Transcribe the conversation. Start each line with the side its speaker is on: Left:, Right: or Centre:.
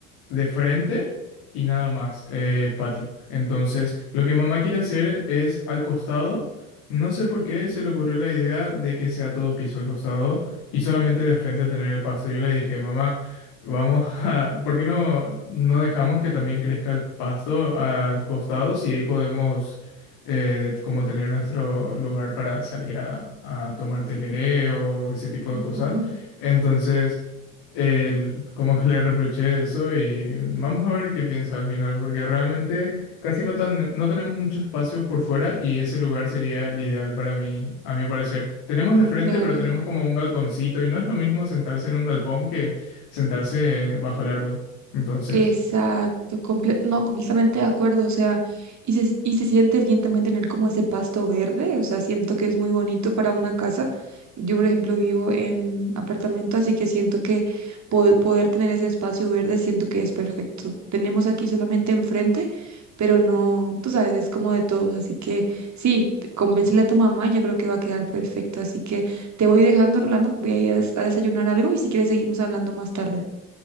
Left: de frente y nada más, eh, patio. Entonces, lo que mamá quiere hacer es al costado. No sé por qué se le ocurrió la idea de que sea todo piso al costado y solamente de frente tener el pasto. Yo le dije, mamá, vamos <laughs> a, ¿por qué no, no dejamos que también crezca el pasto al costado si ahí podemos eh, como tener nuestro lugar para salir a, a tomar tereré o ese tipo de
Right: ajá,
Left: cosas? Entonces el- como que le reproché eso y vamos a ver qué piensa al final, porque realmente casi no, tan, no tenemos mucho espacio por fuera y ese lugar sería el ideal para mí, a mi parecer. Tenemos de frente,
Right: claro.
Left: pero tenemos como un galponcito y no es lo mismo sentarse en un galpón que sentarse bajo el árbol. Entonces,
Right: Exacto, comple- no, completamente de acuerdo, o sea, y se, y se siente bien también tener como ese pasto verde, o sea, siento que es muy bonito para una casa. Yo, por ejemplo, vivo en apartamento, así que siento que po- poder tener ese espacio verde, siento que es perfecto. Tenemos aquí solamente enfrente, pero no, tú sabes, es como de todos, así que sí, t- convéncele a tu mamá, yo creo que va a quedar perfecto, así que te voy dejando, Rolando, voy a ir a des- a desayunar algo y si quieres seguimos hablando más tarde.